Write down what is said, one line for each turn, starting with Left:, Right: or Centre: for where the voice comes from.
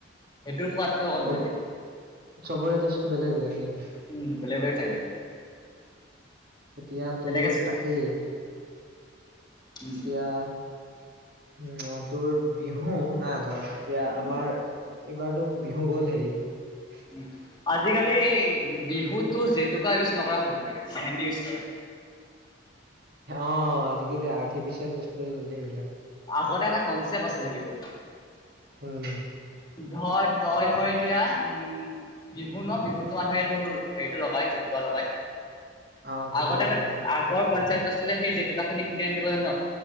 Left: সেইটোৰ সোৱাদটো অকণ
Right: চব
Left: বেলেগ
Right: চবৰে টেষ্টটো বেলেগ-বেলেগ নেকি?
Left: উম বেলেগ বেলেগ থাকে।
Right: এতিয়া
Left: তেনেকে
Right: তোৰ তাকেই।
Left: উম
Right: এতিয়া উ তোৰ বিহু, হা ধৰ এতিয়া
Left: উম
Right: আমাৰ এইবাৰতো বিহু গ'ল হেৰিত।
Left: উম আজিকালি এই বিহুতো জেতুকা ইউজ নকৰা হল বাপ্পেকে। মেহেন্দী ইউজ কৰে।
Right: অ আজি কালি আৰ্টিফিচিয়েল বস্তু হৈ গ'ল দেই এইবিলাক।
Left: আগতে এটা কনচেপট আছিলে বিহুত।
Right: উম।
Left: ধৰ, তই ধৰ এতিয়া, উম। বিহু ন বিহুতটো মানুহে এইটোৰ হেৰিটো লগাই জেতুকা লগায়।
Right: অ জেতুকা
Left: আগতে এটা
Right: লগা
Left: আগৰ কনচেপ্ট আছিলে সেই জেতুকা খিনি কোনে আনি দিব জান?